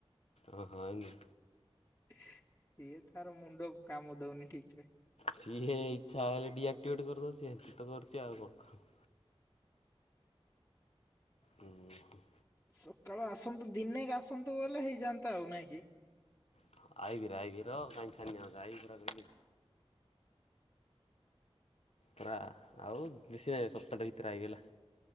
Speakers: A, on the left; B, on the left.
A: ଆଁ ହଁ ଏଇନି।
B: ସିଏ ତାର ମୁଣ୍ଡ କାମ ଦଉନି ଠିକ ସେ।
A: ସିଏ ଇଚ୍ଛା ହେଲେ ଡିଆକ୍ଟିଭେଟ କରିଦଉଚି ସେ ତ କରିଛି ଆଉ କଣ କ? ହୁଁ ହୁଁ।
B: ସକାଳୁ ଆସନ୍ତୁ ଦିନେକେ ଆସନ୍ତୁ ବଲେ ହେଇଯାନ୍ତା ଆଉ ନାଇଁ କି।
A: ହ ଆଇିବିର ଆବି ରଅ କାଇଁ ଛାନିଆ ହେଉଚୁ ଆଇିବିପରା କହିଲି। ପୁରା ଆଉ ବେଶୀ ନାହିଁ ସପ୍ତାହଟା ଭିତରେ ଆଇଗଲା।